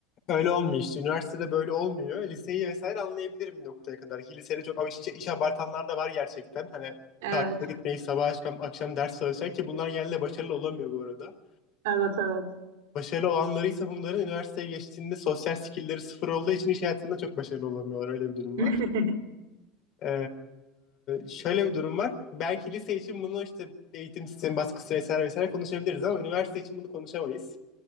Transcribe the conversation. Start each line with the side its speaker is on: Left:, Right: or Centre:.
Left: Öyle olmuyor işte. Üniversitede böyle olmuyor. Liseyi vesaire anlayabilirim bir noktaya kadar. Ki Lisede çok ama iş, iş, iş abartanlar da var gerçekten. Hani
Right: Evet.
Left: tatile gitmeyi sabah akşam, akşam ders çalışıyor ki bunlar genelde başarılı olamıyor bu arada.
Right: Evet evet.
Left: Başarılı olanları ise bunların üniversiteye geçtiğinde sosyal skillleri sıfır olduğu için iş hayatında çok başarılı olamıyorlar. Öyle bir durum
Right: <laughs>
Left: var. Ee, şöyle bir durum var. Belki lise için bunu işte eğitim sistemi baskısı vesaire vesaire konuşabiliriz ama üniversite için bunu konuşamayız.